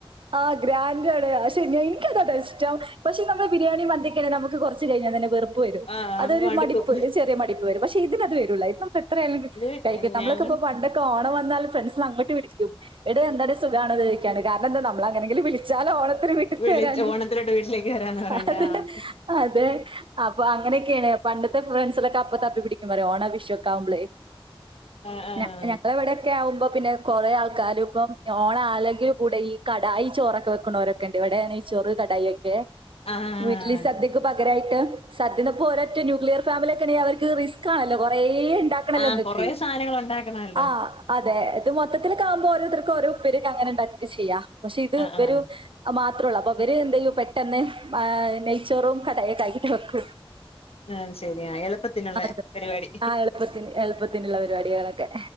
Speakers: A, on the right; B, on the left.
A: ആ ഗ്രാൻഡാണ് അഅ് ശെര്യാ ഇൻക്കതാട്ടോ ഇഷ്ടം പക്ഷെ നമ്മള് ബിരിയാണി മന്തിക്കണെ നമുക്ക് കൊർ ച്ച്കഴിഞ്ഞാത്തന്നെ വെറു പ്പു വരും
B: ആഹ്
A: അതൊരു
B: മടുക്കും
A: മടിപ്പ് ചെറിയ മടിപ്പ് വരും പക്ഷെ ഇതിനത് വരൂല ഇപ്പം എത്രയാലും
B: ഇത്
A: കയ്യ്ക്ക നമ്മളൊക്കെപ്പം
B: ഞങ്ങള്
A: പണ്ടൊക്കെ ഓണം വ ന്നാൽ ഫ്രണ്ട്സ് നെ അങ്ങട്ട് വിളിക്കും എടീ എന്താടീ സുഖാണോ ചോയിക്കാനൊക്കെ കാരണം എന്താന്നൊ അമ്മളെ അങ്ങനെങ്കിലും വിളിച്ചാലോ ഓണ ഇവരെ വീട്ട്ക്ക്
B: വിളിച്ച്
A: വരാന്
B: ഓണത്തിലോട്ട് വീട്ടിലേക്ക് വരാന്ന് പറയണ്ട
A: ആ അതെ
B: ആഹ് അത്
A: അതേ അ പ്പൊ അങ്ങനെക്കായാണ് പണ്ടത്തെ ഫ്രണ്ട്സിലൊക്കെ അപ്പം തപ്പി പിടിക്കും പറ്യാ ഓണം വിഷൊക്കവുമ്പളേ
B: ആഹ്
A: ഞ ഞങ്ങളെ വടെക്കെ ആവുമ്പോ പിന്നെ കൊറേ ആൾക്കാരും ഇപ്പം ഓണആലെങ്കിലും കൂടെ ഈ കടായി ചോറൊക്കെ വെക്ക്ണോരൊക്കെണ്ട് ഇവിടെ നെയ്ചോറ് കടായൊക്കേ
B: ആഹ്
A: വീട്ടില് സദ്യക്ക് പക കരായിട്ട് സദ്യനിപ്പോ ഒരൊറ്റ ന്യൂക്ലിയർ ഫാമില്യൊ ക്കെണങ്കി അവർക്ക് റിസ്ക്കണല്ലോ കൊറേ ഇണ്ടാക്കാണല്ലോ
B: ആഹ്
A: ത്ക്ക്
B: കൊറേ സാധനങ്ങൾ ഉണ്ടാക്കണല്ലോ
A: ആ അ തെ ഇത് മൊത്തത്തിലൊക്കവുമ്പോ ഓരോര്ത്തർക്ക് ഓരോ ഉപ്പേര്യൊക്കെ അങ്ങനെ ഇണ്ടാക്കൊക്കെ ചെയ്യാ പക്ഷെ ഇത്
B: ആഹ്
A: ഇവരു
B: ആഹ്
A: മാ മാത്രള്ളൂ അപ്പം ഇവര് എന്തെയ്യും പെട്ടെന്ന് വാ നെയ്ച്ചോറും കടായിയും ആക്കിട്ട് വെക്കും
B: അത് ശരിയാ എളുപ്പത്തിനുള്ള
A: അതെ
B: പരിപാടി
A: ആ എളുപ്പത്തിന് എള്പ്പത്തിനുള്ള പരിപാടികളൊക്കെ